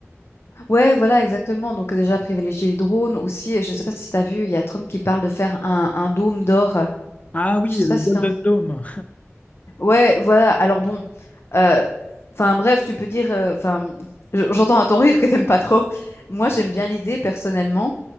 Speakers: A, on the left; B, on the left.
A: Ouais, voilà, exactement. Donc déjà, privilégier les drones aussi. Je sais pas si tu as vu, il y a Trump qui parle de faire un, un dôme d'or.
B: Ah oui,
A: Je sais
B: le
A: pas si
B: Golden
A: t'as...
B: Dome.
A: Ouais, voilà. Alors bon, euh, enfin bref, tu peux dire... euh, Enfin, j- j'entends à ton rire que t'aimes pas trop. Moi, j'aime bien l'idée personnellement.